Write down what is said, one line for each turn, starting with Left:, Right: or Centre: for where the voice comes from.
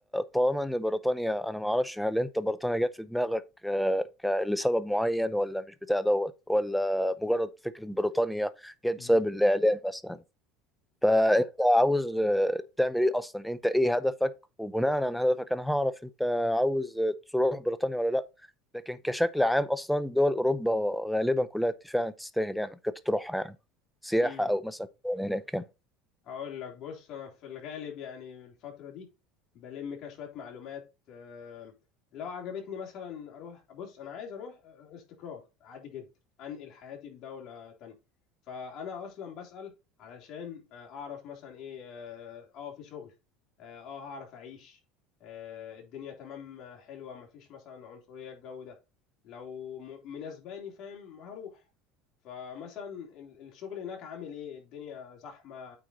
Centre: طالما ان بريطانيا انا ما اعرفش هل انت بريطانيا جت في دماغك آه، ك- لسبب معين ولا مش بتاع دوت ولا مجرد فكره بريطانيا جت
Left: امم
Centre: بسبب الاعلام مثلا فانت عاوز آه، تعمل ايه اصلا انت ايه هدفك وبناء على هدفك انا هعرف انت عاوز آه، تروح بريطانيا ولا لا لكن كشكل عام اصلا دول اوروبا غالبا كلها فعلا تستاهل يعني كنت تروحها يعني سياحة
Left: امم
Centre: او مثلا هناك يعني
Left: هقول لك بص انا في الغالب يعني الفتره دي بلم كده شويه معلومات آه، لو عجبتني مثلا اروح بص انا عايز اروح آه، استقرار عادي جدا انقل حياتي لدوله تانية فانا اصلا بسأل علشان آه، اعرف مثلا ايه اه آه، في شغل اه آه، هعرف اعيش آه، الدنيا تمام آه، حلوه مفيش مثلا عنصريه الجو ده لو م- مناسباني فاهم هروح فمثلا ال- الشغل هناك عامل ايه الدنيا زحمه